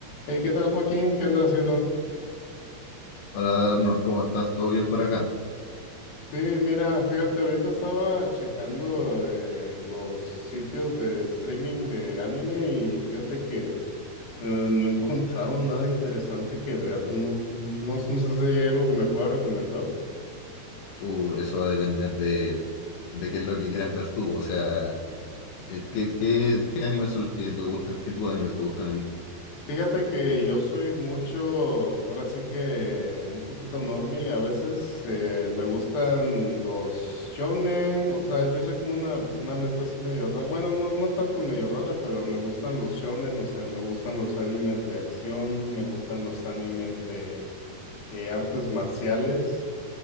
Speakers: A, on the left; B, on the left.
A: Hey, ¿qué tal, Joaquín? ¿Qué andas haciendo?
B: Hola Arnold, ¿cómo estás? ¿Todo bien por acá?
A: Sí, mira, fíjate, ahorita estaba checando eh, los sitios de streaming de anime y fíjate que eh, no he encontrado nada interesante que ver, ¿no? No, no sé si hay algo que me pueda recomendar.
B: Uh, eso va a depender de, de qué es lo que quieras ver tú. O sea, eh, ¿qué, qué, qué animes son los que te gustan? ¿Qué tipo de animes te gustan a ti?
A: Fíjate que yo soy mucho, ahora sí que un poquito normie a veces, eh, me gustan los shonen, o sea, yo soy como una, una mezcla así medio rara, bueno, no, no tanto medio rara, pero me gustan los shonen, o sea, me gustan los animes de acción, me gustan los animes de eh, artes marciales,